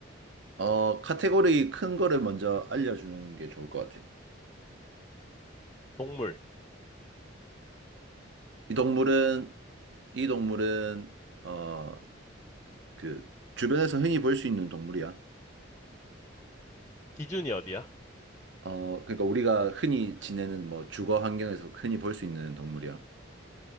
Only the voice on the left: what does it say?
동물.
기준이 어디야?